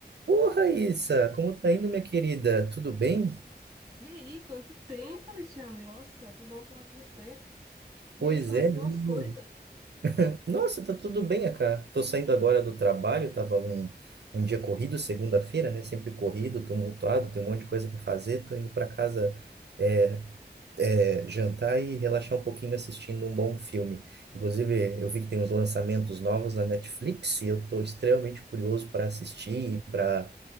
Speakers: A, on the right; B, on the right.
A: Ô, Raíssa, como tá indo, minha querida? Tudo bem?
B: E aí, quanto tempo, Alexandre? Nossa, que bom falar com você.
A: Pois
B: E aí, como
A: é,
B: é que estão
A: menino.
B: as coisas?
A: Nossa, tá tudo bem, né, cara. Tô saindo agora do trabalho, tava um, um dia corrido, segunda-feira, né? Sempre corrido, tumultuado, tem um monte de coisa para fazer. Tô indo para casa é, é, jantar e relaxar um pouquinho assistindo um bom filme. Inclusive, eu vi que tem uns lançamentos novos na Netflix e eu tô extremamente curioso para assistir e para